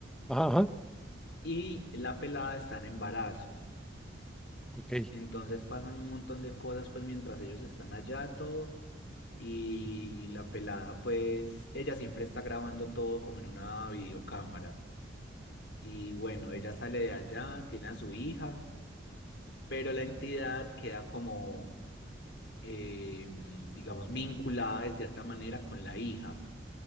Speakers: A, in the centre; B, on the left (about 65°).
A: Ajá, ajá,
B: Y la pelada está en embarazo.
A: ok,
B: Entonces pasan un montón de cosas pues mientras ellos están allá todo. Y la pelada pues, ella siempre está grabando todo como en una videocámara. Y bueno, ella sale de allá, tiene a su hija pero la entidad queda como, eh, mm, digamos, vinculada de cierta manera con la hija.